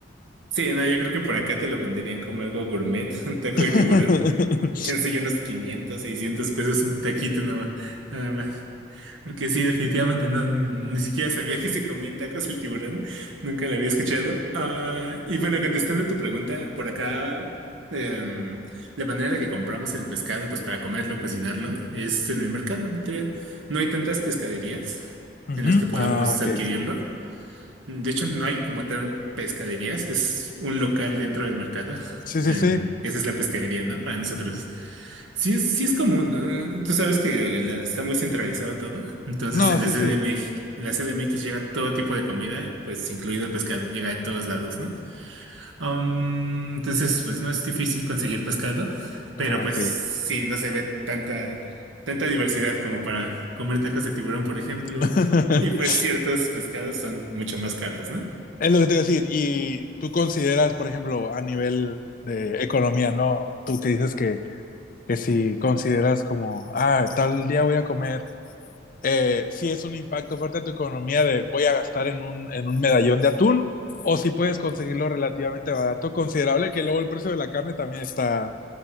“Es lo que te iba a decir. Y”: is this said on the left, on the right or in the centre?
Left